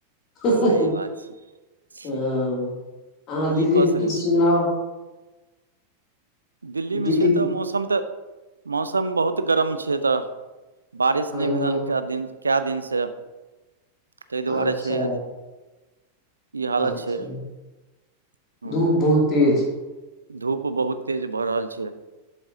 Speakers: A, on the left; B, on the right.
A: ही
B: सही
A: ही ही
B: बात छै छी
A: हँ अहाँ
B: की
A: दिल्लीके
B: कऽ सकै
A: किछु
B: छियै
A: सुनाउ
B: तऽ दिल्लीमे
A: दिल्ली
B: छै तऽ
A: के
B: मौसम तऽ मौसम बहुत गरम छै तऽ बारिश
A: हँ
B: नहि भेलनि कए दिन कए दिनसँ ताहि दुआरे
A: अच्छा
B: छै हालत
A: अच्छा
B: छै ह
A: धूप बहुत तेज
B: धूप बहुत तेज भऽ रहल छै